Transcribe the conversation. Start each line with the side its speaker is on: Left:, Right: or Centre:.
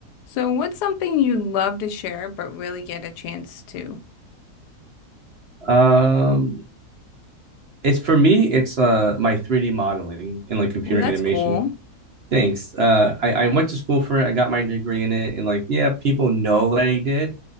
Left: So, what's something you'd love to share but really get a chance to?
Right: Um, it's for me, it's uh my 3D modeling and like computer
Left: Well, that's
Right: animation.
Left: cool.
Right: Thanks. Uh, I, I went to school for it. I got my degree in it, and like, yeah, people know that I did.